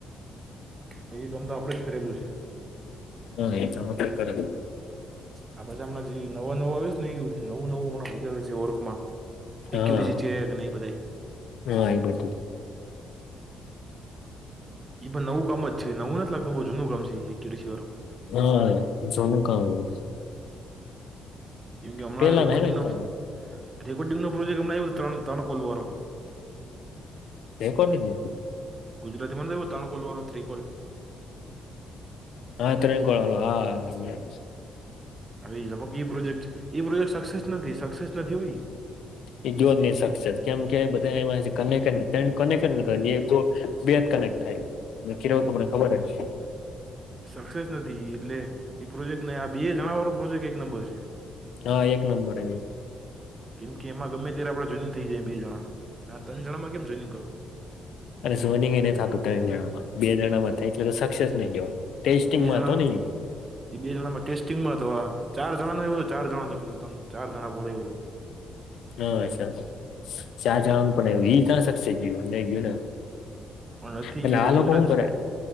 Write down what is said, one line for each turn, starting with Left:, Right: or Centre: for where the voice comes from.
Right: તો એ કામ તો આપડે જ કરેલું છે.
Left: હા એમાં કરેલુ
Right: આ પછી હમણાં જે નવા નવું આવ્યું છે, ને એું નવું નવું હમં બધા આવે છે, ઓરખ માં
Left: હા
Right: એક્યુરીસીચ કે નહી બધા
Left: હા એ બધુ
Right: એ પણ નવું કામ જ છે, નવું નથી લાગતું બઉુ જૂનું કામ છે, એક્યુસી વાળું
Left: હા જોનું કામ આવું
Right: કેમ કે હમણાં
Left: પેલા
Right: રેકોર્ડિંગ
Left: ના એને
Right: ન
Left: કામ
Right: રેકોર્ડિંગ નો પ્રોજેક્ટ અમ આવ્યો ત્રણ-ત્રણ કોલવારો.
Left: <unintelligible>
Right: ગુજરાતીમાં નથી લો ધણકોલ વાો થ્રી કોલ
Left: આ ત્રણ કોડ આ યે
Right: હ લગગ પ્રોજેક્ટ પ્રોજેક્ટ સક્સેસ નથી સક્સેસ નથી સકસેસ નથી હોઇ
Left: એ જો જ નહી શકશે કેમ કે બધા એ ક કેને કજ કનેક જ બે જ કનેક્ટ થાય કેું મને ખબરજ છે.
Right: સક્સેસ નથી એટલે એ પ્રોજેક્ટ ને આ બે જણાવાળો પ્રોજેક્ટ એક નંબર છે.
Left: હા એક નંબર
Right: કેમ કે એમાં ગમે ત્યારે આપણે જોઈનિંગ થઈ જાય બે જણા ના ત્રણ જણામાં કેમ જોઈનિગ કરવું
Left: અને સોનીંગ એ ન થતું ત્રણ જણા માં બે જણા માં થાય એટલે તો સક્સેસ નહી ગયો ટેસ્ટિંગમાં
Right: બે જણામાં
Left: હતો ને ઈ.
Right: એ બે જણા માં ટેસ્ટિંગમાં હતો આ ચાર જણા ન એવ ચાર જણા લાગી ત ચાર જણા કોલે હતું
Left: હા્છા ચાચા અંગ પણ એ ત શકશે ગું ન ગયું ને
Right: પણ નથી
Left: એટલે
Right: ગયું
Left: આ
Right: એમાં
Left: લોકો
Right: ગુજરાત
Left: હુ કરે